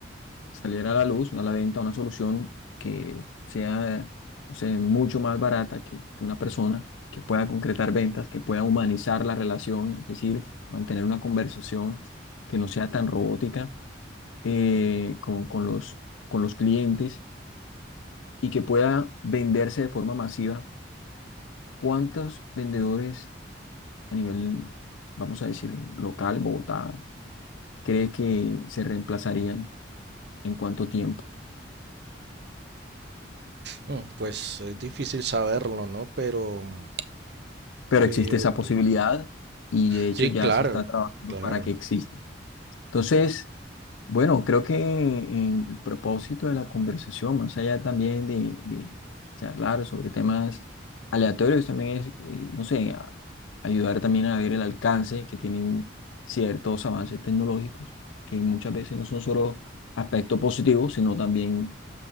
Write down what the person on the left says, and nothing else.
saliera a la luz una venta, una solución que sea, o sea, mucho más barata que, que una persona, que pueda concretar ventas, que pueda humanizar la relación, es decir, mantener una conversación que no sea tan robótica eh, con, con los, con los clientes y que pueda venderse de forma masiva. ¿Cuántos vendedores a nivel, vamos a decir, local, Bogotá, crees que se reemplazarían en cuánto tiempo?
pero
existe esa posibilidad y de hecho
ya
se está trabajando
para que exista. Entonces, bueno, creo que en el propósito de la conversación, más allá también de, de charlar sobre temas aleatorios, también es, eh, no sé, a- ayudar también a ver el alcance que tienen ciertos avances tecnológicos, que muchas veces no son solo aspectos positivos, sino también